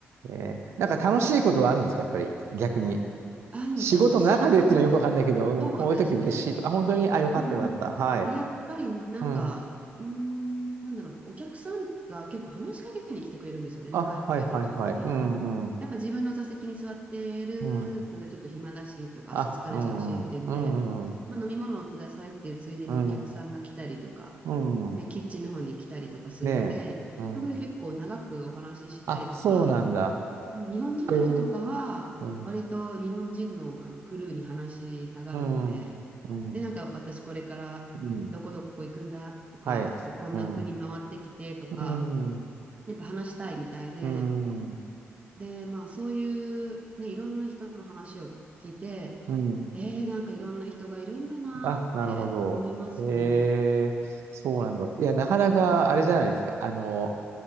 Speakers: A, on the right; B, on the right.
A: ええ。なんか楽しいことはあるんですか、
B: ね
A: やっぱり、逆に。
B: あ、でも楽しいことが
A: 仕事の中でっていうのはよくわかんないけど、
B: 多かったですね。
A: うん、こういう時嬉しいと。あ、本当に、あ、よかったよかった。
B: うんう
A: はい。
B: ん。やっぱりなんか、
A: うん。
B: うーん、なんだろう、お客さんが結構話しかけに来てくれるんですよね。
A: あ、
B: 長いフライトだと特に。
A: はいはいはい。うんうん。
B: やっぱ自分の座席に座ってるのでちょっと暇だしとか足疲れちゃうしっていうんで、
A: うん。あ、うんうん。うんうんう
B: まあ、飲み物をくださいっていうついでにお客さんが来たりとか、
A: ん。うん。
B: ね、
A: うん。
B: キッチンの方に来たりとかするので、
A: ねえ。うん。
B: そこで結構長くお話ししたりとか、
A: あ、そうなんだ。
B: 日本人の人とかは割と日本人のあのクルーに話したがるので、
A: うんうん。うん。うん。
B: で、なんか私これからどこどこ行くんだとか、
A: うん。はい。
B: あとこんな国回ってきてとか、
A: うん。うん。
B: やっぱ話したいみたいで、
A: うん。
B: で、まあそういうね、いろんな人の話を聞いて、
A: うん。
B: えー、なんかいろんな人がいるんだなーって思いますね。
A: あ、なるほど。へえ、そうなんだ。いや、なかなかあれじゃないですか。
B: あ、うん、うん、
A: あの、